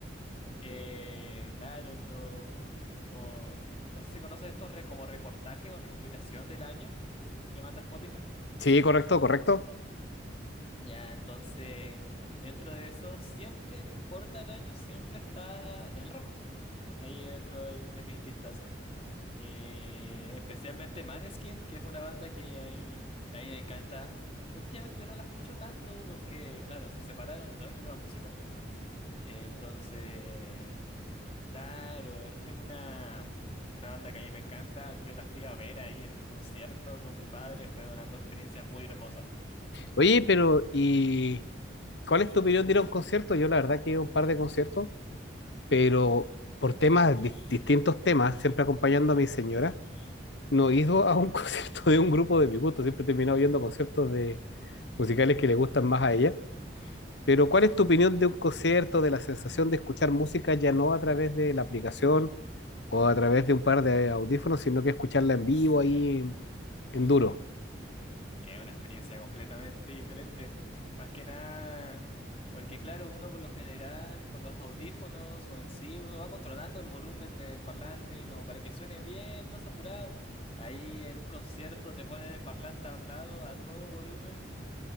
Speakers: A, on the left; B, on the left.
A: eh, claro, en lo, como, no sé si conoces estos re- como reportaje o recopilación del año que manda Spotify.
B: Sí, correcto, correcto.
A: Ya, entonces, dentro de eso, siempre, no importa el año, siempre está el rock ahí dentro de, mi- de mis listas. Eh, especialmente Maneskin, que es una banda que ahí, vi- ahí me encanta. Últimamente no la escucho tanto porque, claro, se separaron, no hay nueva música. Entonces, claro, e- es una, una banda que a mí me encanta. Yo la fui a ver ahí en un concierto con mi padre. Fue una co- experiencia muy hermosa.
B: Oye, pero ¿y ¿Cuál es tu opinión de ir a un concierto? Yo la verdad que he ido a un par de conciertos, pero por temas, dis- distintos temas, siempre acompañando a mi señora, no he ido a un <laughs> concierto de un grupo de mi gusto, siempre he terminado viendo conciertos de musicales que le gustan más a ella. Pero ¿cuál es tu opinión de un concierto, de la sensación de escuchar música ya no a través de la aplicación o a través de un par de audífonos, sino que escucharla en vivo ahí en, en duro?
A: Es una experiencia completamente <laughs> diferente. Más que nada, porque claro, uno por lo general con los audífonos o en sí, uno va controlando el volumen del parlante como para que suene bien, no saturado. Ahí en un concierto te ponen el parlante al lado a todo volumen.